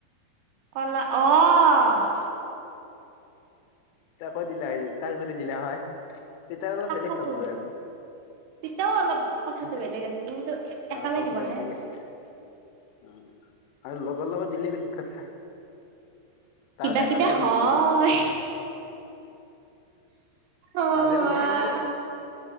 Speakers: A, on the right (about 80°); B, on the left (about 80°).
A: কলা অ'
B: তাক দিলা হয় তাক ধ দিলা হয়। তেতিয়া অলপ
A: তাকাতো
B: বেলেগ ভাবিলো আমি।
A: তেতিয়াও অলপ কথাাতটো
B: এতিয়া
A: বেলেগ আছে কিন্তু
B: আহ
A: একালে
B: কথাটো
A: দিবনে।
B: বেলেগ আছিল অ' আৰু লগৰ লগত দিলে বেলেগ কথা তাৰ
A: কিবা
B: বোলে একেলাই
A: কিবা
B: দিম
A: হয়।
B: বুলি কৈছিল
A: অ'
B: মাজে মাজে সেনে লাগে